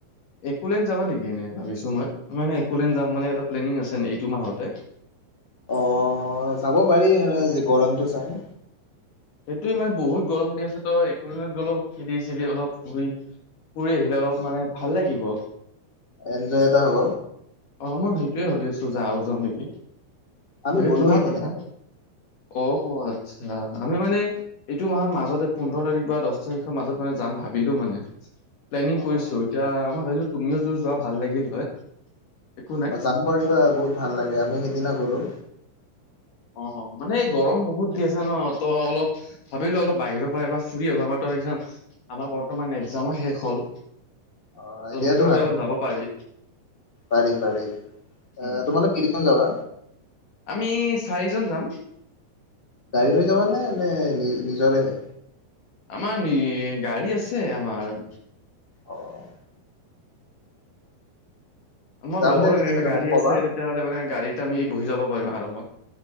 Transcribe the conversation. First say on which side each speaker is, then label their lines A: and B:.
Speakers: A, on the left; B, on the left.
A: একোলেন যাবা নেকি এনেই ভাবিছো মই, মানে কুলেন যাম মানে এটা প্লেনিং আছে ন এইটো মাহতে।
B: অহ, চাব পাৰি গৰমতটো চাই।
A: সেইটয়ে মানে বহুত গৰম দি আছে ত' একো দিনত গ'ল খেলি চেলি অলপ ঘুৰি ফুৰি আহিলে অলপ মানে ভাল লাগিব।
B: এঞ্জয় এটা হ'ব।
A: অ' মই সেইটোৱে ভাবি আছো যাঁও যাওঁ নেকি,
B: আমি
A: বাকী
B: গ'লো
A: তোমাৰ
B: সেইদিনা।
A: কথা। অ' হ আচ্ছা। আমি মানে, এইটো মাহৰ মাজতে পোন্ধৰ তাৰিখ বা দহ তাৰিখৰ মাজত মানে যাম ভাবিলো মানে। প্লেনিং
B: অ'
A: কৰিছো এতিয়া মই ভাবিলো তুমিও যদি যোৱা ভাল লাগিল হয়। একো নাই।
B: অ' যাম পাৰিবা বহুত ভাল লাগে আমি সিদিনা গলো।
A: অ' মানে এই গৰম বহুত দি আছে ন ত' অলপ ভাবিলো অলপ বাহিৰৰ পৰা এবাৰ ফুৰি অহা মাহতো একজাম আমাৰ বৰ্তমান এক্জামো শেষ হ'ল।
B: অ'
A: ত'
B: এ দিয়াতটো
A: সেইবাবে
B: ভালে।
A: অলপ যাব পাৰি
B: পাৰি পাৰি,
A: উম।
B: আহ তোমালোক কেইজন যাবা?
A: আমি চাৰিজন যাম।
B: গাড়ী লৈ যাবানে? নে নি নিজৰেহে।
A: আমাৰ নি গাড়ী আছে আমাৰ।
B: অ'।
A: আমাৰ
B: যাম
A: লগৰ
B: দিয়া তেতিয়াহ'লে
A: এটা গাড়ী
B: মোক কবা
A: আছে তেতিয়াহ'লে মানে গাড়ীতে আমি বহি যাব পাৰিম আৰামত।